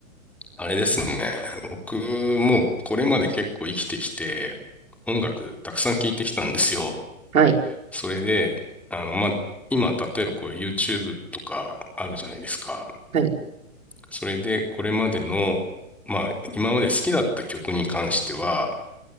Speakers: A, in the centre; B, on the right.
A: あれですね。僕もこれまで結構生きてきて、音楽たくさん聴いてきたんですよ。
B: はい、
A: それで、あの、まあ、今、例えばこう YouTube とかあるじゃないですか。
B: はい、
A: それで、これまでの、まあ、今まで好きだった曲に関しては、